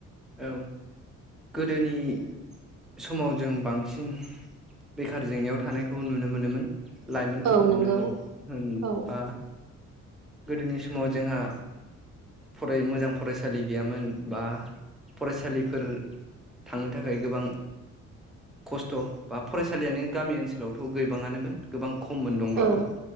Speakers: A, in the centre; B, on the right (about 60°).
A: औ गोदोनि समाव जों बांसिन बेखार जेंनायाव थानायखौ नुनो मोनोमोन लाइमोनफोरखौनो
B: औ नंगौ
A: होन
B: औ
A: बा गोदोनि समाव जोंहा फराय मोजां फरायसालि गैयामोन बा फरायसालिफोर थांनो थाखाय गोबां खस्थ' बा फरायसालियानो गामि ओनसोलावथ' गोबाङानो मोन गोबां खममोन दंब्लाबो
B: औ